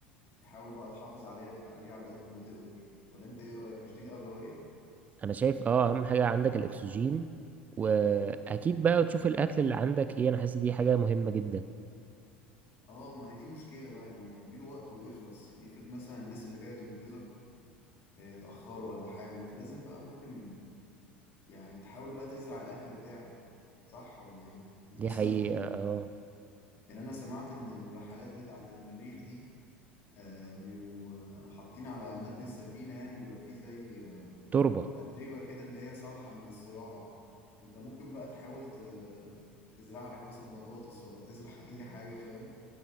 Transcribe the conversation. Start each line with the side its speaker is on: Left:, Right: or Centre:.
Left: تحاول بقى تحافظ عليه عليه على قد ما تقدر ولا أنت إيه رأيك مش دي الأولوية؟
Right: انا شايف اه اهم حاجة عندك الاكسجين واكيد بقى تشوف الاكل اللي عندك ايه انا حاسس دي حاجة مهمة جدا
Left: آه ما هي دي مشكلة بقى يعني هيجيله وقت ويخلص يعني افرض مثلا الناس اللي جاية تنقذك آه، اتأخروا ولا حاجة أنت لازم بقى ممكن يعني تحاول بقى تزرع الأكل بتاعك صح ولا إيه؟ يعني
Right: دي
Left: مثلا
Right: حقيقة اه
Left: يعني انا سمعت ان الرحلات بتاعة المريخ دي آه، بيبقوا آه، حاطين على متن السفينة يعني بيبقى فيه زي آه،
Right: تربة
Left: أتربة كده اللي هي صالحة للزراعة فانت ممكن بقى تحاول ت- تزرع لك مثلا بطاطس ولا تزرع <laughs> اي حاجة فاهم